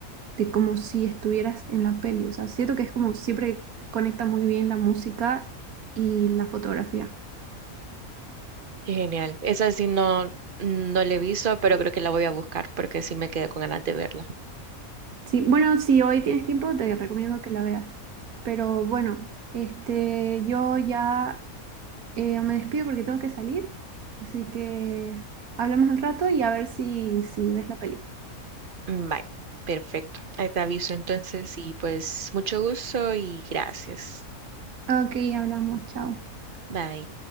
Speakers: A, on the right; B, on the right.
A: de como si estuvieras en la peli. O sea, siento que es como siempre conecta muy bien la música y la fotografía.
B: Qué genial. Esa sí no, no la he visto, pero creo que la voy a buscar porque sí me quedé con ganas de verla.
A: Sí, bueno, si hoy tienes tiempo, te recomiendo que la veas. Pero bueno, este, yo ya eh, me despido porque tengo que salir. Así que hablamos un rato y a ver si, si ves la peli.
B: Mm, Bye. Perfecto. Ahí te aviso entonces y pues mucho gusto y gracias.
A: Ok, hablamos, chao.
B: Bye.